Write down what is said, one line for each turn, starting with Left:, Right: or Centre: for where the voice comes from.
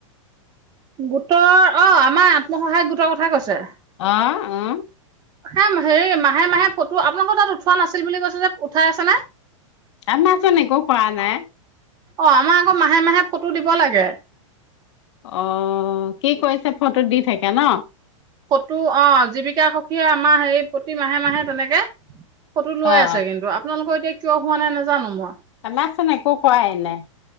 Right: গোটৰ অ', আমাৰ আত্মসহায়ক গোটৰ কথাই কৈছে।
Left: আহ উম
Right: হ হেৰি মাহে মাহে ফটো আপোনালোকৰ তাত উঠোৱা নাছিল বুলি কৈছে যে উঠাই আছে নে?
Left: আমা চুন একো কৰা নাই
Right: অ' আমাৰ আকৌ মাহে মাহে ফটো দিব লাগে
Left: অ', কি কৈছে ফটো দি থাকে ন।
Right: ফটো অ জীৱিকা সখী অ আমাৰ সেই প্ৰতি মাহে, মাহে তেনেকে। ফটো লৈ
Left: অ
Right: আছে কিন্তু আপোনালোকৰ এতিয়া কিয় হোৱা নাই নে জানো মই।
Left: আমা চুন একো কোৱাই নাই